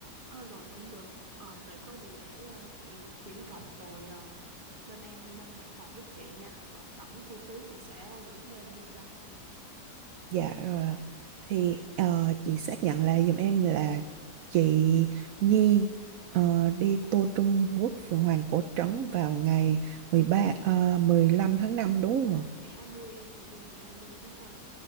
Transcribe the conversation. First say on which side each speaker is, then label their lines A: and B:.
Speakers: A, on the right (about 30°); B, on the right (about 65°).
A: Ờ rồi cũng được. Ờ vậy có gì để ờ, chị chuyển cọc rồi ờ, bên em nâng hạng phòng giúp chị nha. Rồi tổng chi phí chị sẽ gửi thêm vô cho.
B: Dạ rồi ạ. Thì ờ, chị xác nhận lại giùm em là chị Nhi ờ, đi tour Trung Quốc Phượng Hoàng Cổ Trấn vào ngày 13 15 tháng 5 đúng không ạ?
A: Ngày 20 em chị đi ngày hai mươi tháng năm,